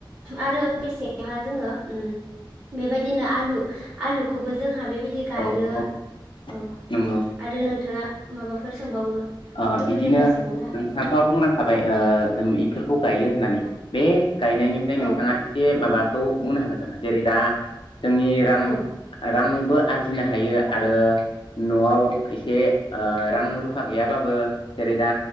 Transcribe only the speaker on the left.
औ औ
नंगौ
ओ
बिदिनो
नोंथाङाथ' बुंनांखाबाय ओ इफोरखौ गायो होननानै
बे गायनायनिफ्राय
नोंथाङा इसे माबाखौ बुंनो हागोन नामा जेरै दा जोंनि रां
रांबो आरजिनो हायो आरो न'आव इसे ओ रां रुफा गैयाबाबो जेरै दा